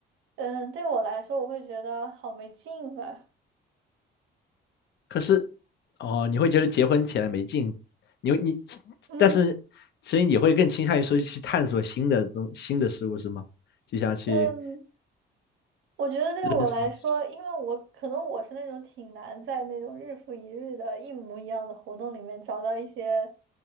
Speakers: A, on the right; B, on the left.
A: 嗯，对我来说，我会觉得好没劲啊。
B: 可是，哦，你会觉得结婚起来没劲，你会你，
A: 嗯，
B: 但是所以你会更倾向于说去探索新的东新的事物是吗？就像去
A: 嗯，我觉得对我来说，
B: 认识，
A: 因为我可能我是那种挺难在那种日复一日的一模一样的活动里面找到一些